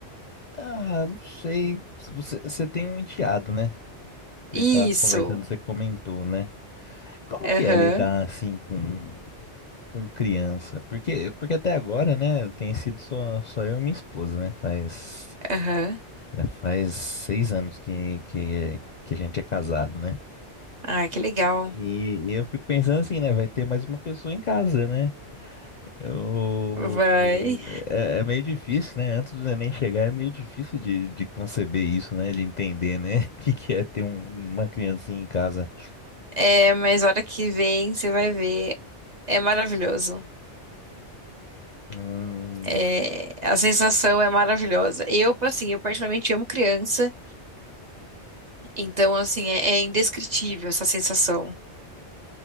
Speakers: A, on the left; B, on the right.
A: Ah, não sei. Se Você, você tem um enteado, né?
B: Isso.
A: Você tava conversando, você comentou, né? Como
B: Aham,
A: que é lidar assim com, com criança? Porque, porque até agora, né, tem sido só, só eu e minha esposa, né? Faz,
B: aham.
A: já faz seis anos que, que, que a gente é casado, né?
B: Ah, que legal.
A: E, e eu fico pensando assim, né? Vai ter mais uma pessoa em casa, né? Eu,
B: Vai.
A: é, é meio difícil, né? Antes do neném chegar, é meio difícil de, de conceber isso, né? De entender, né? <laughs> O que, que é ter um- uma criancinha em casa.
B: É, mas hora que vem, você vai ver. É maravilhoso.
A: Hum,
B: É, a sensação é maravilhosa. Eu, assim, eu particularmente amo criança. Então, assim, é é indescritível essa sensação.